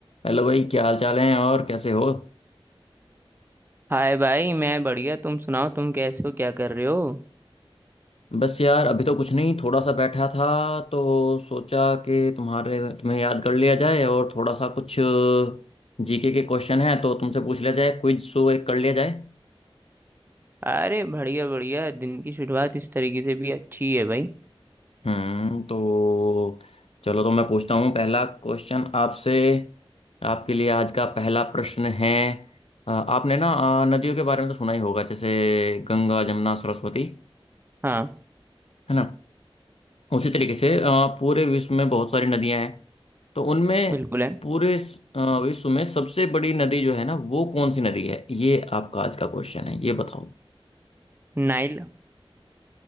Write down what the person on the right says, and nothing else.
हाय भाई मैं बढ़िया तुम सुनाओ तुम कैसे हो क्या कर रहे हो
अरे बढ़िया बढ़िया दिन की शुरुआत इस तरीके से भी अच्छी है भाई
हाँ
बिल्कुल है
नाइल